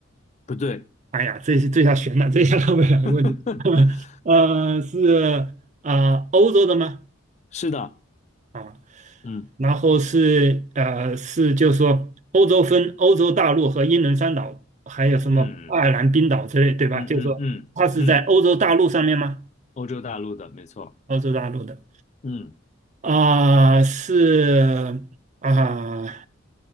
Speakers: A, on the left; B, on the right.
A: 不对，
B: 哎呀，这是这下悬了，这下绕不了问题。
A: <laughs>
B: <laughs> 呃，是啊，欧洲的吗？
A: 是的，
B: 啊，
A: 嗯
B: 然后是呃是就是说欧洲分欧洲大陆和英伦三岛，还有什么爱尔兰、
A: 嗯
B: 冰岛之类，对吧？
A: 嗯嗯嗯嗯，
B: 就是说它是在欧洲大陆上面吗？
A: 欧洲大陆的，没错，
B: 欧洲大陆的。
A: 嗯，
B: 啊、是啊